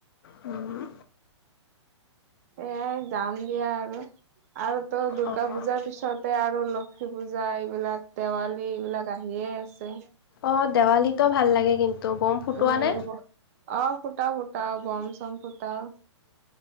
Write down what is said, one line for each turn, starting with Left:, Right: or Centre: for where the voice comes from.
Left: উম।
Right: এয়াই যাম দিয়া আৰু আৰুতো দূৰ্গা
Left: অ',
Right: পূজাৰ পিছত তে আৰু লক্ষী পূজা, এইবিলাক দেৱালী এইবিলাক আহিয়ে আছে।
Left: অ, দেৱালীতো ভাল লাগে কিন্তু। বম ফুটোৱা
Right: উম
Left: নে?
Right: অ ফুটাও, ফুটাও, বম-চম ফুটাও।